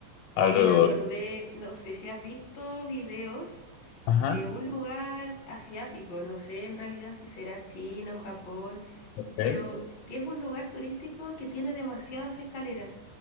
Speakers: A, on the left; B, on the left.
A: alrededor.
B: Hoy me acordé, no sé si has visto videos
A: Ajá,
B: de un lugar asiático, no sé en realidad si será China o Japón,
A: ok.
B: pero que es un lugar turístico que tiene demasiadas escaleras.